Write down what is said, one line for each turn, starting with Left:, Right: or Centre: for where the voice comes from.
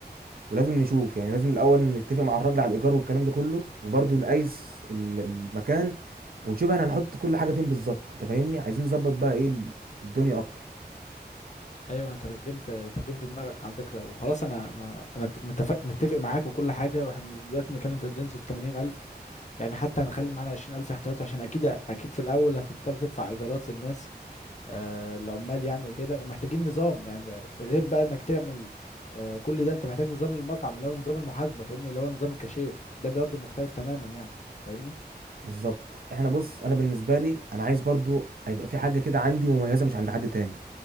Right: ولازم نشوف يعني لازم الاول نتفق مع الراجل على الايجار والكلام ده كله وبرضو نقيس ال- المكان ونشوف احنا هنحط كل حاجه فين بالظبط انت فاهمني عايزين نظبط بقى ايه ال- الدنيا اكتر
Left: ايوه انا ترجمت ترجمت دماغك على فكره وخلاص انا انا انا متفق متفق معاك وكل حاجه واحنا دلوقتي بنتكلم في الرينج ال 80000 يعني حتى هنخلي معانا 20000 احتياطي عشان اكيد اكيد في الاول هتضطر تدفع ايجارات للناس آه العمال يعني وكده ومحتاجين نظام يعني غير بقى انك تعمل آه كل ده انت محتاج نظام للمطعم اللي هو نظام المحاسبه فاهمني اللي هو نظام الكاشير ده برضه مختلف تماما يعني فاهمني
Right: بالظبط احنا بص انا بالنسبه لي انا عايز برضو هيبقى في حاجه كده عندي مميزه مش عند حد تاني